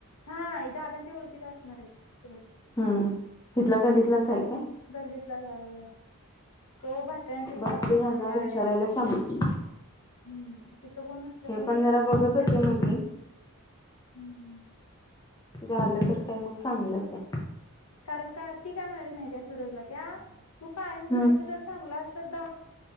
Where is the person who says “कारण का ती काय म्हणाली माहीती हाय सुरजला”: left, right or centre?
Left